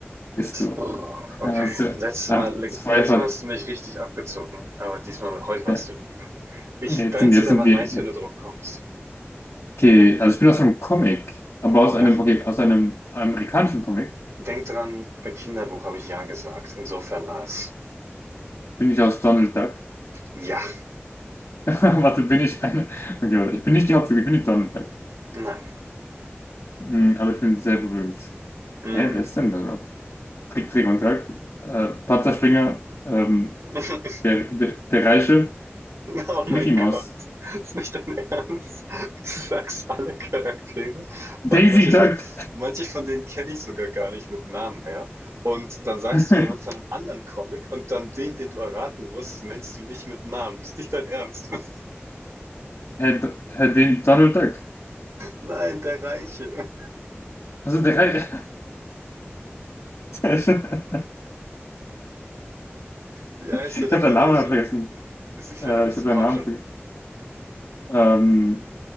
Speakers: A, on the left (about 70°); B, on the right (about 85°).
A: bist du.
B: Oh, okay.
A: Also,
B: Letztes
A: ah,
B: Mal,
A: zwei
B: letztes
A: von.
B: Mal hast du mich richtig abgezogen, aber diesmal, heute warst
A: Ja,
B: du lieb. Ich,
A: jetzt
B: deins
A: sind, jetzt
B: ist aber
A: sind wir.
B: nice, wenn du drauf kommst.
A: Okay, also ich bin aus einem Comic, aber aus
B: Ja,
A: einem, okay, aus einem amerikanischen Comic
B: denk dran, bei Kinderbuch habe ich ja gesagt. Insofern als
A: bin ich aus Donald Duck.
B: ja,
A: <laughs> Warte, bin ich eine. Okay, warte, ich bin nicht die Hauptfigur, ich bin nicht Donald Duck.
B: nein,
A: Hm, aber ich bin sehr berühmt.
B: mm.
A: Hä, wer ist denn da noch? Trick, Trick und Track. Äh, Panzerspringer, ähm,
B: <laughs>
A: der, der, der Reiche,
B: Oh mein
A: Mickey Mouse.
B: Gott, ist nicht dein Ernst? Du sagst alle Charaktere,
A: Daisy
B: weil manche
A: Duck.
B: von, manche von denen kenne ich sogar gar nicht mit Namen mehr. Und dann sagst
A: <laughs>
B: du
A: Herr,
B: jemand von einem anderen Comic und dann den, den du erraten musst, nennst du nicht mit Namen. Ist nicht dein Ernst? <laughs>
A: Do- Herr den Donald Duck.
B: Nein, der Reiche.
A: Also der Reiche. <laughs> Sehr schön.
B: Wie heißt
A: Ich
B: er denn
A: habe seinen
B: der
A: Namen
B: Reiche?
A: gerade vergessen.
B: Ist nicht
A: Äh,
B: dein Ernst.
A: ich habe seinen
B: Komm
A: Namen
B: schon.
A: vergessen. Ähm,